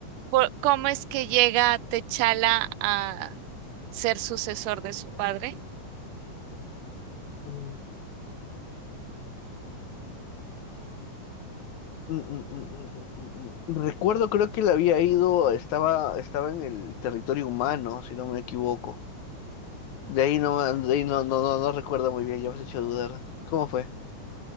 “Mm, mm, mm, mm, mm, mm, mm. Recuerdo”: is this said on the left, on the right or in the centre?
Left